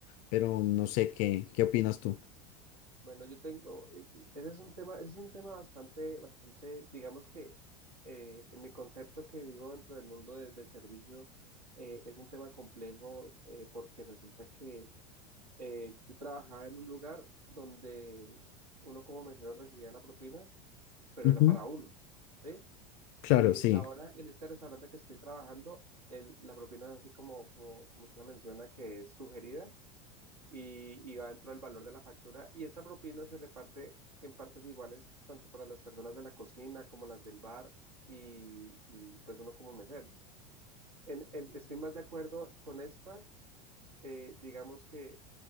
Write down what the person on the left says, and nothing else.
pero no sé qué, qué opinas tú.
Ujú,
Claro,
sí.